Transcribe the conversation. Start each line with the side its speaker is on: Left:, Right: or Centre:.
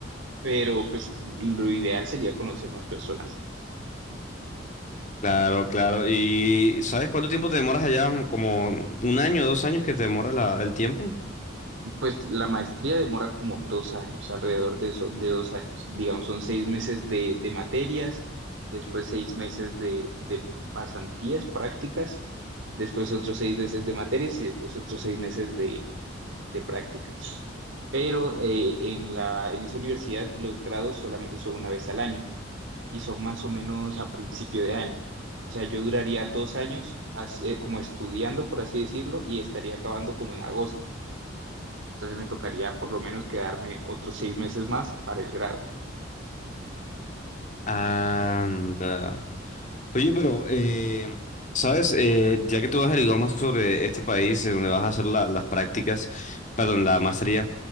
Right: pero pues lo ideal sería conocer más personas.
Left: Claro, claro. ¿Y sabes cuánto tiempo te demoras allá? ¿Como un año, dos años que te demora la- el tiempo?
Right: Pues la maestría demora como dos años, alrededor de, eso, de dos años. Digamos, son seis meses de, de materias, después seis meses de, de pasantías, prácticas, después otros seis meses de materias y después otros seis meses de, de prácticas. Pero eh, en la, en esa universidad los grados solamente son una vez al año. y son más o menos a principio de año. O sea, yo duraría dos años así, eh, como estudiando, por así decirlo, y estaría acabando como en agosto. Entonces me tocaría por lo menos quedarme otros seis meses más para el grado.
Left: Anda. Oye, pero, eh, ¿sabes? Eh, ya que tú has averiguado más sobre este país, en donde vas a hacer la- las prácticas, perdón, la maestría,